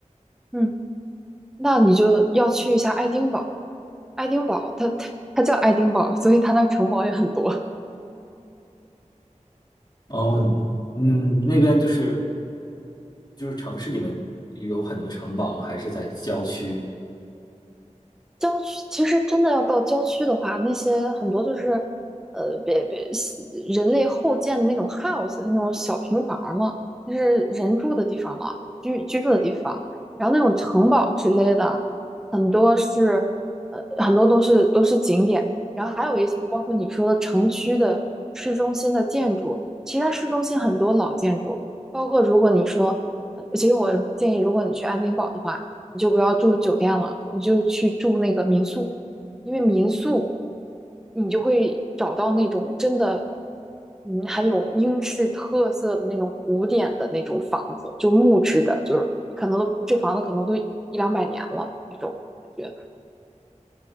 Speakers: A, in the centre; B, on the left.
A: 嗯，那你就要去一下爱丁堡。爱丁堡，它它它叫爱丁堡，所以它那城堡也很多。
B: 哦，嗯，那边就是就是城市里面有很多城堡吗？还是在郊区？
A: 郊区其实真的要到郊区的话，那些很多就是，呃，别别人类后建的那种 house，那种小平房嘛，了，那是人住的地方了，居居住的地方。然后那种城堡之类的，很多是，呃，很多都是都是景点。然后还有一些包括你说的城区的市中心的建筑，其实它市中心很多老建筑，包括如果你说，呃，其实我建议，如果你去爱丁堡的话。你就不要住酒店了，你就去住那个民宿，因为民宿你就会找到那种真的，嗯，很有英式特色的那种古典的那种房子，就木质的，就是可能都这房子可能都一两百年了那种感觉。